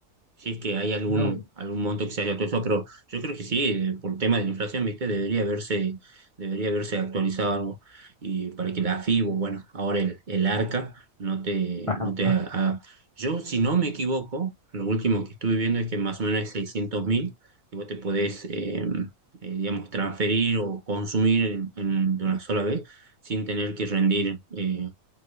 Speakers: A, on the right; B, on the left.
A: si es que hay algún,
B: No. No.
A: algún monto que se haya actualizado, pero yo creo que sí, eh, por el tema de la inflación, ¿viste? Debería haberse, debería haberse actualizado algo y para que la FIBO, bueno, ahora el, el ARCA no te,
B: Ajá,
A: no te ha- Yo, si no me equivoco, lo último que estuve viendo es que más o menos es 600.000 que vos te podés, eh, eh, digamos, transferir o consumir en- en- de una sola vez sin tener que rendir eh,